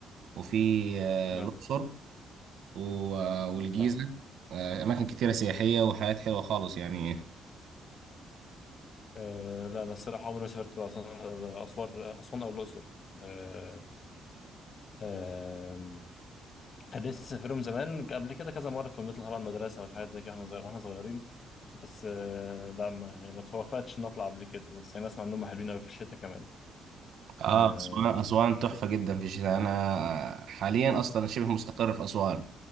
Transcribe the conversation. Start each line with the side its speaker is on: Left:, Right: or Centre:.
Right: وفي آه،
Left: اه
Right: الأقصر و- آه، والجيزة
Left: اه
Right: آه، أماكن كتيرة سياحية وحاجات حلوة خالص يعني
Left: آه، لا انا الصراحه عمري ما سافرت بقى اسوان أسوار- اسوان او الاقصر آه. آه. كان نفسي اسافرهم زمان قبل كده كذا مره كنا بنطلع طبعا المدرسه ولا حاجات زي كده واحنا صغير- واحنا صغيرين بس آه. لا ما, يعني ما توفقتش نطلع قبل كده بس انا اسمع انهم حلوين قوي في الشتاء كمان
Right: اه
Left: آه.
Right: اسوان اسوان تحفه جدا في الشتاء انا حاليا اصلا شبه مستقر في اسوان